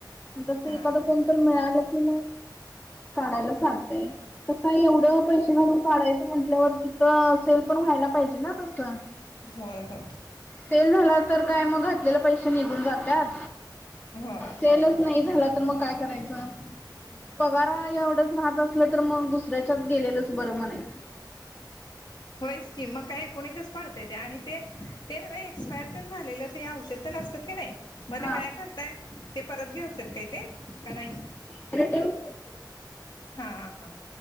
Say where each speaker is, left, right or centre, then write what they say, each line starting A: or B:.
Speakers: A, on the left; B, on the left.
A: तसं
B: हा
A: एखादा
B: हा.
A: कोण मिळालं की मग, काढायला चालतंय कसं आहे एवढं पैसे <unintelligible> काढायचं म्हटल्यावर तिथं सेल पण व्हायला पाहिजे ना तसं.
B: होय होय
A: सेल झाला तर काय मग आपल्याला पैसे निघून जात्यात,
B: होय
A: सेलच नाही झाला तर मग काय करायचं, पगारा एवढंच राहत असलं तर मग दुसऱ्याच्या गेलेलंच बरं म्हणायचं.
B: होयच की मग काय एकूण एकच पडतंय ते आणि ते ते नव्हे एक्सपायर तेन झालेलं ते औषध नसतात की नाही मध्ये
A: हा
B: काय करताय ते परत घेत्यात काय ते का नाही.
A: <unintelligible>
B: हां हां.